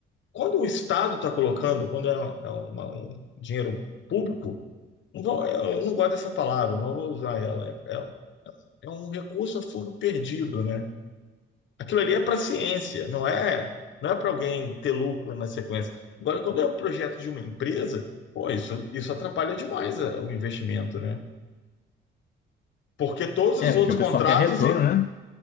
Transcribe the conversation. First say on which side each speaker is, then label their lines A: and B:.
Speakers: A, on the left; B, on the left.
A: quando o Estado está colocando, quando é, é uma- um dinheiro público, não vou- eu não gosto dessa palavra, não vou usar ela. É, é- um, é um recurso a fundo perdido, né? Aquilo ali é para ciência, não é, não é para alguém ter lucro na sequência. Agora, quando é um projeto de uma empresa, pô, isso, isso atrapalha demais é, o investimento, né? Porque todos
B: é
A: os
B: porque
A: outros
B: o
A: contratos
B: pessoal quer retorno,
A: e
B: né?